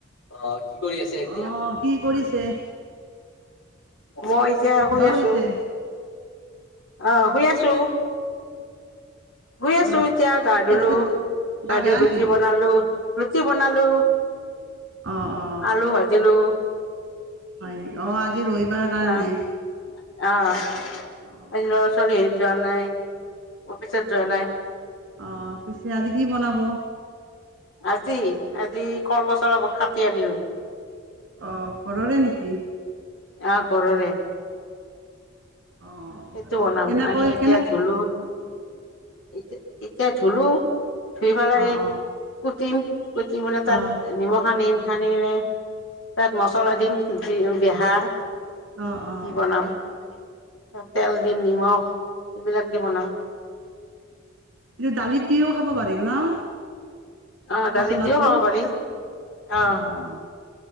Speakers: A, on the left; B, on the right.
A: অ কি কৰি আছে এতিয়া
B: অ কি কৰিছে
A: মই এতিয়া শুই
B: কৰিছে
A: আছো আহ শুই আছো শুই আছো
B: অ কি
A: এতিয়া গা ধুলো
B: আছে
A: গা
B: বেয়া
A: ধই ৰুটি
B: নেকি
A: বনালো ৰুটি বনালো
B: অ অ
A: আলু ভাজিলো
B: হয় নেকি অ আজি ৰবিবাৰ কাৰণে
A: আহ আহ
B: অ
A: আজি লৰা ছোৱালী হেৰিত যোৱা নাই অফিচত যোৱা নাই
B: আহ পিছে আজি কি বনাব
A: আজি আজি কল পচলা কাটি আনিলো
B: অঁ ঘৰৰে নেকি
A: আহ ঘৰৰে
B: অ
A: সেইটো বনাম
B: কেনেকৈ
A: আমি এতিয়া
B: কেনে
A: ধুলো এতিয়া এতিয়া ধুলো ধুই পেলাই
B: অ অ
A: কুটিম কুটি পেলাই তাত
B: অ
A: নিমখ সানিম। সানি কিনে তাত মছলা দিম, জি বেহাৰ
B: অঁ, অঁ
A: দি বনাম তাত তেল দিম, নিমখ এইবিলাক দি বনাম।
B: অঁ দালিত দিওঁ খাব পাৰি ন'?
A: অ দালিত
B: পচলাটো।
A: দিও খাব
B: অঁঁ
A: পাৰি অ